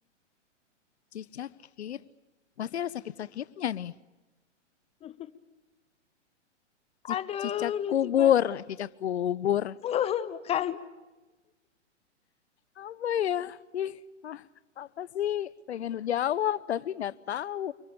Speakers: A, on the left; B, on the left.
A: cicakit pasti ada sakit-sakitnya nih
B: <laughs>
A: Ci-
B: Aduh,
A: cicak
B: lucu
A: kubur
B: banget.
A: Eh, cicak kubur
B: <laughs> Bukan,
A: apa ya ih ah, apa sih pengen jawab tapi nggak tahu